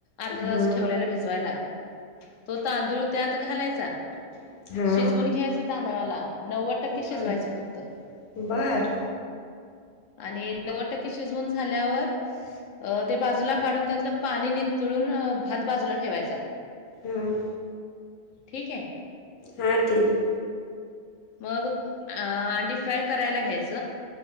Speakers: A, on the left (about 80°); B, on the left (about 60°).
A: अर्धा तास
B: हा
A: ठेवल्याला भिजवायला. तो तांदूळ त्यात घालाय चा.
B: हा
A: शिजवून
B: हा
A: घ्यायच तांदळाला. नव्वद टक्के
B: बर
A: शिजवायचं फक्त.
B: बर.
A: आणि नव्वद टक्के शिजून झाल्यावर. ते बाजूला काढून त्यातलं पाणी नितळून. भात बाजूला ठेवायचा.
B: हम्म
A: ठीके.
B: हा ठीके.
A: मग अंडी फ्राय करायला घ्यायच.